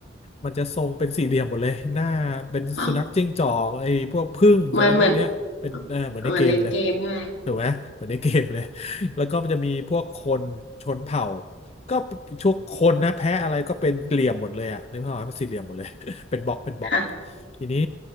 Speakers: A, on the left; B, on the left.
A: มันจะทรงเป็นสี่เหลี่ยมหมดเลย หน้าเป็นสุนัขจิ้งจอกไอ้พวกผึ้งอะไรพวกเนี้ยเป็นเออเหมือนในเกมเลย
B: อ๋อเหมือนเหมือนเหมือนในเกมใช่ไหม
A: ถูกไหม เหมือนในเกมเลย แล้วก็มันจะมีพวกคนชนเผ่า ก็ทุกคนนะแพ้อะไรก็เป็นเหลี่ยมหมดเลยอะนึกภาพว่าเป็นสี่เหลี่ยมหมดเลย <laughs> เป็นบล็อกเป็นบล็อก
B: ค่ะ
A: ทีนี้